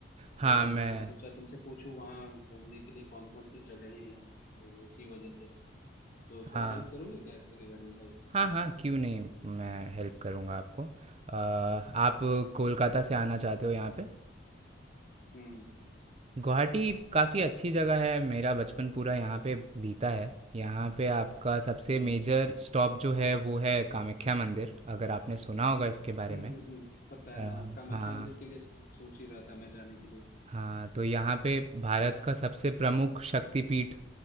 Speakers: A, on the right; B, on the left.
A: हाँ
B: तो
A: मैं
B: मैंने सोचा तुमसे पूछूं वहाँ घूमने के लिए कौन कौन सी जगहें हैं तो इसी वजह से तो थोड़ा
A: हाँ
B: हेल्प करोगे क्या इसके रिगार्डिंग भाई
A: हाँ हाँ क्यों नहीं मैं हेल्प करूँगा आपको अ, आप कोलकाता
B: अच्छा
A: से आना चाहते हो यहाँ पे
B: हम्म
A: गुवाहाटी काफ़ी अच्छी जगह है मेरा बचपन पूरा यहाँ पे बीता है यहाँ पे आपका सबसे
B: हम्म
A: मेजर स्टॉप जो है वो है कामाख्या मंदिर अगर आपने सुना होगा इसके बारे
B: हम्म
A: में
B: हम्म हम्म, पता है
A: अ,
B: हाँ कामाख्या
A: हाँ
B: मंदिर के लिए सोच ही रहा था मैं जाने के लिए
A: हाँ, तो यहाँ पे भारत का सबसे प्रमुख शक्तिपीठ